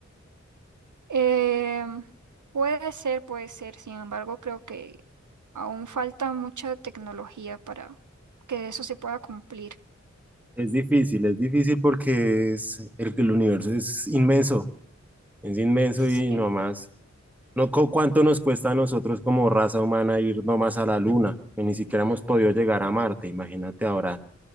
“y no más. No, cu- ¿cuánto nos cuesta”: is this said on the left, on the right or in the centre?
Centre